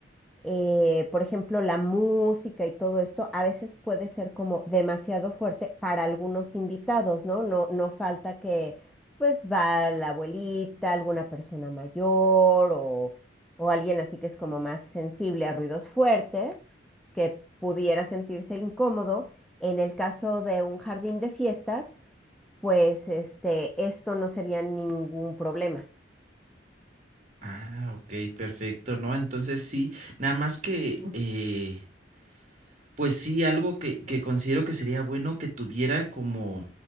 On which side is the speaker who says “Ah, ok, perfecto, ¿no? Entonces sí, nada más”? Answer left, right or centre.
Right